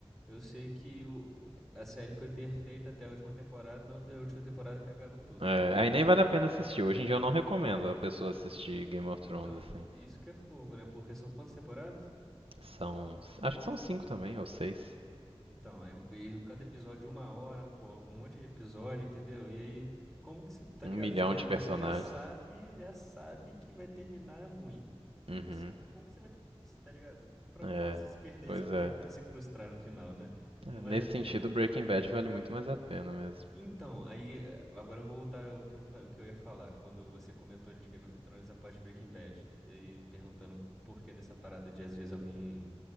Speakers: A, in the centre; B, on the right.
A: Eu sei que o, a série foi perfeita até a última temporada, na da última temporada cagaram tudo,
B: É,
A: né?
B: aí nem vale a pena assistir. Hoje em dia eu não recomendo
A: E aí-
B: a pessoa assistir Game of
A: então,
B: Thrones, assim.
A: isso que é fogo, né? Porque são quantas temporadas?
B: São. Acho que são cinco também, ou seis.
A: Então, aí um- e cada episódio uma hora, pô, um monte de episódio, entendeu? E aí, como que você, tá
B: Um
A: ligado?
B: milhão
A: Você vai,
B: de
A: você
B: personagens.
A: já sabe, já sabe que vai terminar ruim. Aí
B: Uhum.
A: você, como que você vai, cê tá ligado? De propósito,
B: É.
A: se perder
B: Pois
A: esse tempo
B: é.
A: pra se frustrar no final, né?
B: É,
A: Não
B: nesse
A: vale a
B: sentido,
A: pena.
B: Breaking Bad vale muito mais a pena mesmo.
A: Então, aí, eh, agora eu vou voltar ao que eu, fa- o que eu ia falar, quando você comentou de Game of Thrones após Breaking Bad, e, e perguntando por que dessa parada de, às vezes, alguém